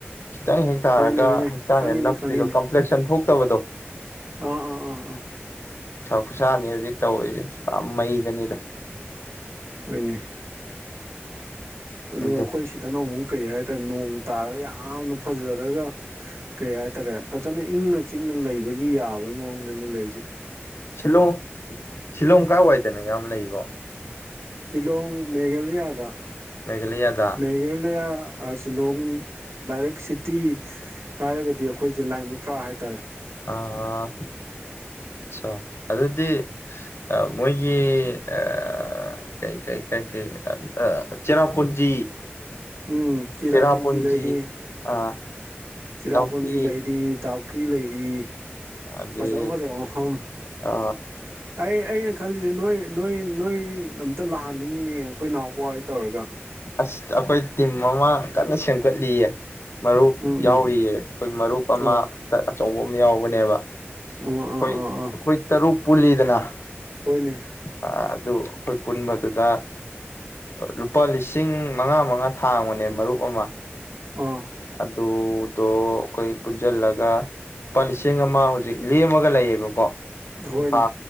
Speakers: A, on the left; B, on the right.
A: ꯈꯤꯇꯪ ꯍꯦꯛ ꯇꯥꯔꯒ
B: ꯍꯣꯏꯅꯦ ꯍꯣꯏꯅꯦ
A: ꯍꯛꯆꯥꯡꯗ
B: ꯈꯪꯉꯤꯅꯦ
A: ꯅꯞꯄꯤꯗꯣ
B: ꯈꯪꯉꯤꯅꯦ
A: ꯀꯝꯄ꯭ꯂꯦꯛꯁꯟ ꯊꯣꯛꯇꯕꯗꯣ
B: ꯑꯥ ꯑꯥ ꯑꯥ ꯑꯥ
A: ꯈꯨꯠꯁꯥꯅꯤ ꯍꯧꯖꯤꯛ ꯇꯧꯔꯤꯁꯦ ꯄꯨꯔ ꯃꯩꯗꯅꯤꯗ
B: ꯍꯣꯏꯅꯦ ꯑꯗꯣ
A: ꯑꯗꯨ
B: ꯑꯩꯈꯣꯏ ꯁꯤꯗꯅ ꯅꯣꯡꯅꯃꯨꯛ ꯀꯩ ꯍꯥꯏꯇꯥꯔꯦ ꯅꯣꯡ ꯇꯥꯔꯒ ꯌꯥꯝ ꯌꯥꯝꯅ ꯐꯖꯔꯒ ꯀꯩ ꯍꯥꯏꯇꯥꯔꯦ ꯐꯖꯅ ꯏꯪꯅ ꯆꯤꯛꯅ ꯂꯩꯕꯒꯤ ꯌꯥꯕꯒꯤ ꯃꯑꯣꯡ ꯂꯩ ꯗꯅꯤ ꯂꯩꯁꯦ
A: ꯁꯤꯂꯣꯡ ꯁꯤꯂꯣꯡ ꯀꯥꯏꯋꯥꯏꯗꯅꯣ ꯏꯌꯥꯝꯅ ꯂꯩꯔꯤꯕꯣ
B: ꯁꯤꯂꯣꯡ ꯃꯦꯘꯂꯌꯥꯗ
A: ꯃꯦꯘꯥꯂꯌꯥꯗ
B: ꯃꯦꯘꯂꯌꯥ ꯁꯤꯂꯣꯡ ꯗꯥꯏꯔꯦꯛ ꯁꯤ ꯇꯤ ꯍꯥꯏꯔꯒꯗꯤ ꯑꯩꯈꯣꯏꯁꯦ ꯂꯥꯏꯕ ꯈ꯭ꯔ ꯍꯥꯏꯇꯥꯔꯦ
A: ꯑꯥ ꯑꯁꯥ ꯑꯗꯨꯗꯤ ꯃꯣꯏꯒꯤ ꯑꯥ ꯀꯩ ꯀꯩ ꯀꯩ ꯀꯩ ꯑꯥ ꯆꯦꯔꯥꯄꯨꯟꯖꯤ
B: ꯎꯝ ꯆꯤꯔꯥꯄꯨꯟꯖꯤ
A: ꯆꯦꯔꯥꯄꯨꯟꯖꯤ
B: ꯂꯩꯔꯤ
A: ꯑ,
B: ꯆꯤꯔꯥꯄꯨꯟꯖꯤ
A: ꯗꯥꯎꯀꯤ
B: ꯂꯩꯔꯤ ꯇꯥ ꯄꯨꯛꯈꯤ ꯂꯩꯔꯤ
A: ꯑꯗꯩ
B: ꯐꯖꯕ ꯐꯖꯕ ꯃꯐꯝ
A: ꯑ,
B: ꯑꯩ ꯑꯩꯅ ꯈꯜꯂꯤꯁꯦ ꯅꯣꯏ ꯅꯣꯏ ꯅꯣꯏ ꯑꯝꯇ ꯂꯥꯛꯍꯟꯅꯤꯡꯉꯤꯅꯦ ꯑꯩꯈꯣꯏ ꯅꯥꯎꯄꯥꯑꯣꯏ ꯇꯧꯔꯒ
A: ꯑꯁ ꯑꯩꯈꯣꯏ ꯇꯤꯝ ꯑꯃ ꯀꯟꯅ ꯁꯦꯝꯒꯠꯂꯤꯌꯦ ꯃꯔꯨꯞ
B: ꯎꯝ
A: ꯌꯥꯎꯔꯤꯌꯦ
B: ꯎꯝ
A: ꯑꯩꯈꯣꯏ ꯃꯔꯨꯞ ꯑꯃ
B: ꯑꯣ
A: ꯑꯆꯧꯕ ꯑꯃ ꯌꯥꯎꯕꯅꯦꯕ
B: ꯑꯣ ꯑꯥ
A: ꯑꯩꯈꯣꯏ
B: ꯑꯥ ꯑꯥ
A: ꯑꯩꯈꯣꯏ ꯇꯔꯨꯛ ꯄꯨꯜꯂꯤꯗꯅ
B: ꯍꯣꯏꯅꯦ
A: ꯑ, ꯑꯗꯨ ꯑꯩꯈꯣꯏ ꯄꯨꯟꯕꯗꯨꯗ ꯂꯨꯄꯥ ꯂꯤꯁꯤꯡ ꯃꯉꯥ ꯃꯉꯥ ꯊꯥꯡꯕꯅꯦ ꯃꯔꯨꯞ ꯑꯃ
B: ꯑꯥ
A: ꯑꯗꯨꯗꯣ ꯑꯩꯈꯣꯏ ꯄꯨꯟꯖꯤꯜꯂꯒ ꯂꯨꯄꯥ ꯂꯤꯁꯤꯡ ꯑꯃ ꯍꯧꯖꯤꯛ ꯂꯦꯝꯃꯒ ꯂꯩꯌꯦꯕꯀꯣ
B: ꯍꯣꯏꯅꯦ
A: ꯊꯥ